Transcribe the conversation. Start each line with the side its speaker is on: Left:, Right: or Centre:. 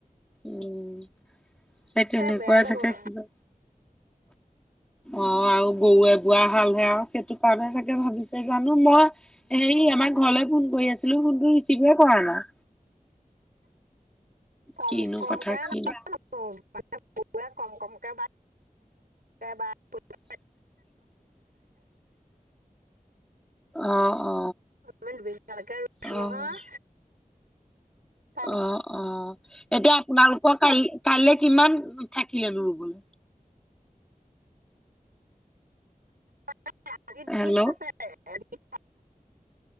Centre: উম। সেই তেনেকুৱা
Right: এ বেয়া হৈ
Centre: চাগে,
Right: গ'ল
Centre: কিবা। অ', গৰু গৰুৱে বোৱা হালহে আৰু, সেইটো কাৰণে চাগে ভাবিছে জানো মই হেৰি আমাৰ ঘৰলৈ ফোন কৰি আছিলোঁ, ফোনটো ৰিচিভে কৰা নাই।
Right: কম
Centre: কিনো
Right: কমক
Centre: কথা কিনো
Right: ন। <unintelligible> মানেৰু কম কমকে বা। <unintelligible>
Centre: <unintelligible> অ, অ,
Right: বাৰমান দুবিঘালৈকে ৰুইছো
Centre: অ'।
Right: নহয় কাৰণ
Centre: অ', অ ', এতিয়া আপোনালোকৰ কাই কাইলৈ কিমান থাকিলেনো ৰুবলৈ?
Right: <unintelligible>
Centre: হেল্ল'।